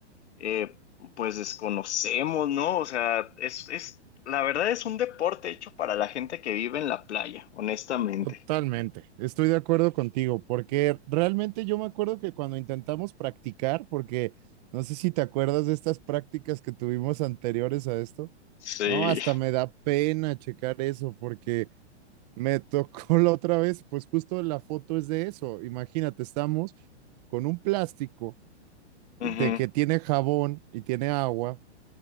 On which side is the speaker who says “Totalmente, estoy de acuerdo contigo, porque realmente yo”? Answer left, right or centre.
Right